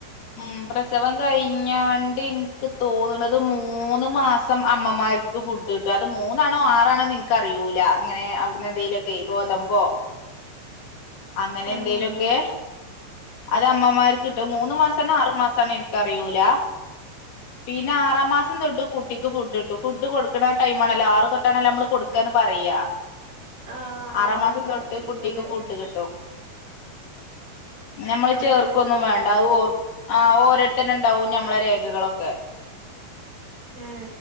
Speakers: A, on the left; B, on the right.
A: ഉം പ്രസവം കഴിഞ്ഞാണ്ട് ഇൻക്ക് തോന്ന്ണത് മൂന്ന് മാസം അമ്മമാര് ക്ക് ഫുഡ് കിട്ടും അത് മൂന്നാണോ ആറാണോന്ന്ൻക്കറിയൂല അങ്ങനെ അവ്ട്ന്ന് എന്തേലാെക്കെ ഗോതമ്പോ അങ്ങനെ
B: ആഹ്
A: എന്തേലാെക്കെ അത് അമ്മമാർക്ക്ട്ട് മൂന്ന് മാസ് സാണോ ആറ്മാസണോ ഇൻക്കറിയൂല പിന്നെ ആറാം മാസം തൊട്ട് കുട്ടിക്ക് ഫുഡ് കിട്ടും ഫുഡ് കൊടുക്ക്ണ ടൈമാണല്ലോ ആറ് തൊട്ടണല്ലോമ്മള് കൊടുക്കാ പർയാ
B: ആഹ്
A: ആറാംമാസം
B: ആറ്
A: തൊട്ട്
B: മുതല്
A: കുട്ടിക്ക് ഫുഡ് കിട്ടും ഞമ്മള്
B: ആറ്
A: ചേർക്കൊന്നും
B: വയസ്സ് മുതൽ
A: വേണ്ട അത് ഓർ ആ ഓരോടത്തന്നെണ്ടാവും ഞമ്മളെ രേഖകളൊക്കെ
B: ഏ